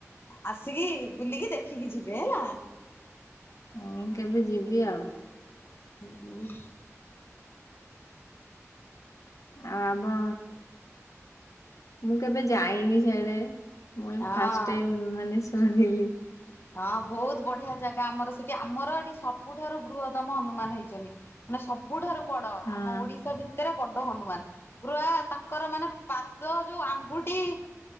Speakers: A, on the left; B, on the left.
A: ଆସିକି ବୁଲିକି ଦେଖିକି ଯିବେ ହେଲା।
B: ଆଜ୍ଞା କେବେ ଯିବି ଆଉ।
A: ହୁଁ ହୁଁ।
B: ଆଉ ଆମ ମୁଁ କେବେ ଯାଇନି ସେଆଡେ ମୁଇ
A: ହଁ
B: ଫାଷ୍ଟ ଟାଇମ୍ ମାନେ ଶୁଣିଲି।
A: ହଁ ବହୁତ ବଢିଆ ଜାଗା ଆମର ସେଠି ଆମର ଏଠି ସବୁଠାରୁ ବୃହତ୍ତମ ହନୁମାନ ହେଇଛନ୍ତି। ମାନେ ସବୁଠାରୁ ବଡ
B: ହଁ।
A: ଆମ ଓଡିଶା ଭି ତରେ ବଡ ହନୁମାନ ପୁରା ତାଙ୍କର ମାନେ ପାଦ ଯୋଉ ଆଙ୍ଗୁଠି